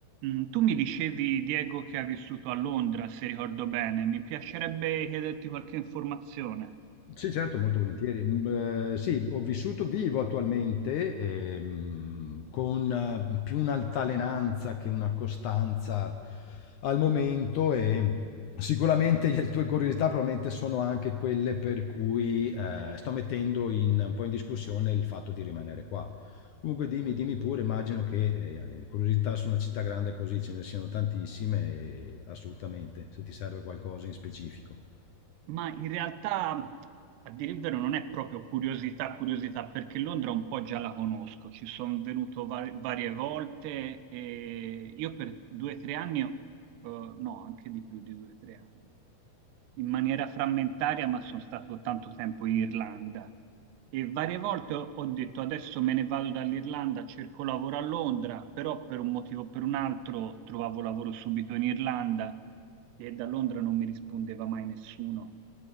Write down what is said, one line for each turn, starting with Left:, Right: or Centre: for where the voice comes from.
Right: Mm, Tu mi dicevi, Diego, che hai vissuto a Londra, se ricordo bene. Mi piacerebbe chiederti qualche informazione,
Left: Sì, certo, molto volentieri. Mm, eh, sì, ho vissuto, vivo attualmente ehm, con eh, più un'altalenanza che una costanza al momento e sicuramente le tue curiosità probabilmente sono anche quelle per cui eh, sto mettendo in- un po' in discussione il fatto di rimanere qua. Comunque dimmi, dimmi pure, immagino che eh, curiosità su una città grande così ce ne siano tantissime e assolutamente, se ti serve qualcosa in specifico.
Right: ma in realtà, a dire il vero, non è proprio curiosità, curiosità, perché Londra un po' già la conosco. Ci sono venuto var- varie volte e io per due o tre anni, eh, no, anche di più di due o tre anni. in maniera frammentaria, ma sono stato tanto tempo in Irlanda. E varie volte ho ho detto adesso me ne vado dall'Irlanda, cerco lavoro a Londra, però per un motivo o per un altro trovavo lavoro subito in Irlanda e da Londra non mi rispondeva mai nessuno.